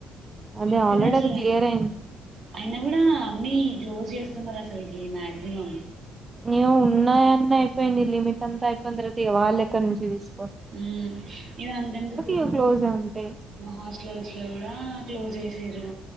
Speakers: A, on the right (about 25°); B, on the right (about 55°).
A: అదే
B: ఫినాషియన్
A: ఆల్రెడీ అది క్లియర్ అయింది
B: అయినా గుడా అన్నీ క్లోజ్జేస్తున్నరసల్కీ మ్యాగ్జిమం
A: ఏవొ ఉన్నాయన్నయిపోయింది లిమిట్ అంతా అయిపోయిన్ తర్వాత ఇగ వాళ్లేక్క నుంచి తీసు
B: మ్మ్ ఇగ గంతెందుకూ
A: ఇక క్లోజే ఉంటాయి
B: మా హాస్ట్లల్స్ లో కూడా క్లోజ్ చేశీరు